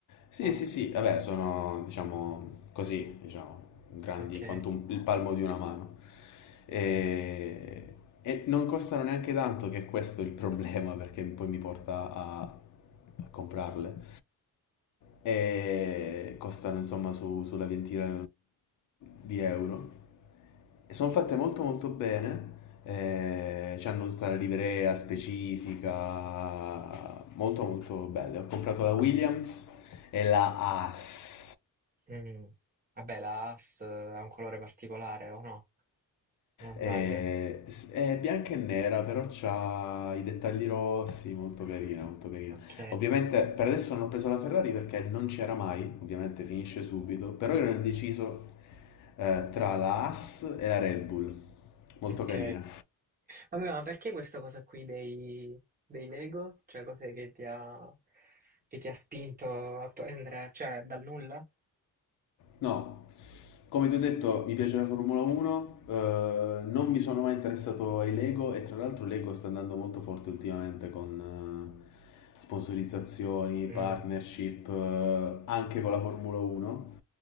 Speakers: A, on the right; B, on the left.
A: sono...
B: Sì, sì, sì, vabbè, sono, diciamo, così, diciamo, grandi
A: Ok.
B: quanto un- il palmo di una mano. E, e non costano neanche tanto, che è questo il problema, perché poi mi porta a, a comprarle. E costano, insomma, su- sulla ventina di euro. Sono fatte molto molto bene, eh, hanno tutta la livrea specifica, molto molto belle. Ho comprato la Williams e la Haas.
A: Mm. Vabbè, la AS ha un colore particolare, o no? Se Non sbaglio.
B: Eh, s- è bianca e nera, però ha i dettagli rossi, molto carina, molto carina.
A: Ok.
B: Ovviamente per adesso non ho preso la Ferrari perché non c'era mai, ovviamente finisce subito, però io ero indeciso eh, tra la Haas e la Red Bull, molto
A: Ok.
B: carina.
A: Vabbè, ma perché questa cosa qui dei, dei Lego? Cioè, cos'è che ti ha, che ti ha spinto a prendere, cioè, dal nulla?
B: No, come ti ho detto, mi piace la Formula 1, eh, non mi sono mai interessato ai Lego e tra l'altro Lego sta andando molto forte ultimamente con eh, sponsorizzazioni, partnership,
A: Mm.
B: eh, anche con la Formula 1.